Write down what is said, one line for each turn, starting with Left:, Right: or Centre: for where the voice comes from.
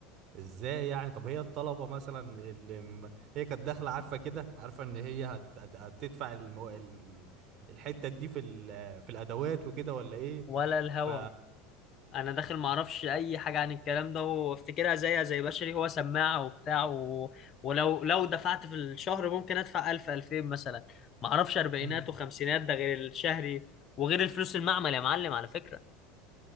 Right: ازاي يعني طب هي الطلبة مثلا اللي م- هي كانت داخلة عارفة كده عارفة ان هي هت... هت... هتدفع المو... ال... الحتة دي في ال... في الادوات وكده ولا ايه
Left: ولا الهوا
Right: ف
Left: انا داخل ما اعرفش اي حاجه عن الكلام ده وافتكرها زيها زي بشري هو سماعه وبتاع و... ولو لو دفعت في الشهر ممكن ادفع 1000 2000 مثلا ما اعرفش اربعينات
Right: مم.
Left: وخمسينات ده غير الشهري وغير الفلوس المعمل يا معلم على فكره